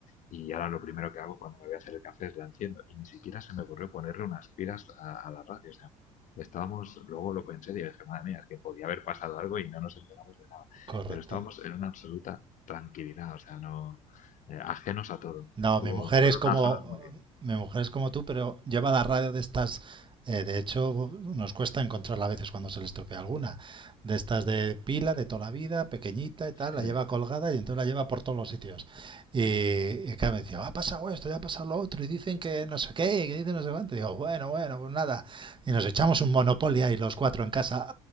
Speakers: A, on the left (about 45°); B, on the right (about 30°).
A: Y ahora lo primero que hago cuando me voy a hacer el café es la enciendo. Y ni siquiera se me ocurrió ponerle unas pilas a, a la radio. O sea, estábamos, luego lo pensé y dije, madre mía, es que podía haber pasado algo y no nos enteramos de nada.
B: correcto.
A: Pero estábamos en una absoluta tranquilidad, o sea, no, eh, ajenos a todo.
B: No,
A: Estuvo,
B: mi mujer
A: fueron
B: es como,
A: unas horas muy bien.
B: mi mujer es como tú, pero lleva la radio de estas. eh, de hecho, nos cuesta encontrarla a veces cuando se le estropea alguna. De estas de pila, de toda la vida, pequeñita y tal,
A: Sí.
B: la lleva colgada y entonces la lleva por todos los sitios. Y, y claro, me decía, ha pasado esto, ya ha pasado lo otro, y dicen que no sé qué, y que dicen no sé cuánto. Y digo, bueno, bueno, pues nada. Y nos echamos un Monopoly ahí los cuatro en casa